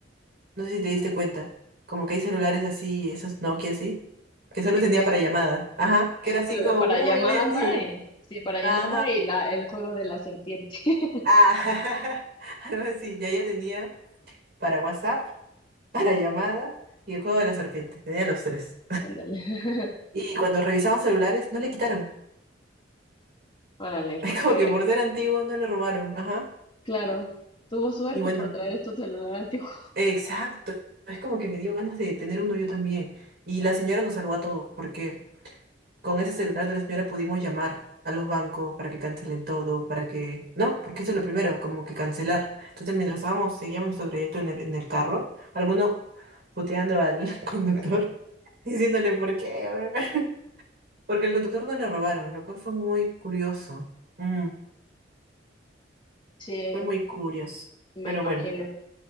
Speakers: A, on the right; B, on the left.
A: no sé si te diste cuenta, como que hay celulares así, esos Nokia así, que solo
B: Sí,
A: tenía
B: que
A: para llamadas, ajá, que era así
B: eh,
A: como
B: para
A: muy,
B: llamada
A: muy antiguo,
B: y sí, para
A: ajá,
B: llamada y la, el juego de la serpiente. <laughs>
A: ah, <laughs> algo así, ya ella tenía para WhatsApp, para llamada y el juego de la serpiente, tenía los tres.
B: Ándale. <laughs>
A: Y cuando revisamos celulares, no le quitaron.
B: Órale,
A: Es como
B: que
A: que por ser antiguo no le robaron, ajá.
B: claro, tuvo suerte
A: Y bueno,
B: por traer este celular antiguo.
A: exacto. Es como que me dio ganas de tener uno yo también. Y la señora nos salvó a todos, porque con ese celular de la señora pudimos llamar a los bancos para que cancelen todo, para que... No, porque eso es lo primero, como que cancelar. Entonces, mientras estábamos, seguíamos nuestro trayecto en el, en el carro, algunos puteando al <laughs> conductor, diciéndole por qué, weón?". Porque el conductor no le robaron, lo cual fue muy curioso. Mm,
B: Sí,
A: fue muy curioso.
B: me
A: Pero
B: imagino.
A: bueno.